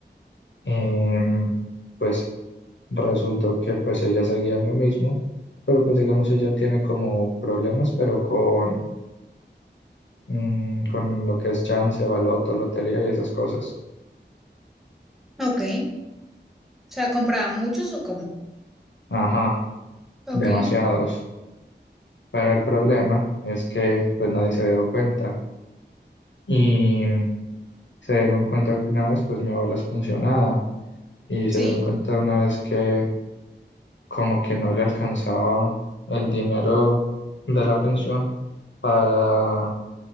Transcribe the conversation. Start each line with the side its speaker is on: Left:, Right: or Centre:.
Left: em, pues resultó que pues ella seguía en lo mismo, pero pues digamos ella tiene como problemas, pero con, mm, con lo que es chance, baloto, lotería y esas cosas.
Centre: ok. O sea, ¿compraban muchos o cómo?
Left: Ajá,
Centre: Ok,
Left: demasiados. Pero el problema es que pues nadie se había dado cuenta. Y se dieron cuenta una vez, pues mi abuela es pensionada y
Centre: sí,
Left: se dieron cuenta una vez que como que no le alcanzaba el dinero de la pensión para,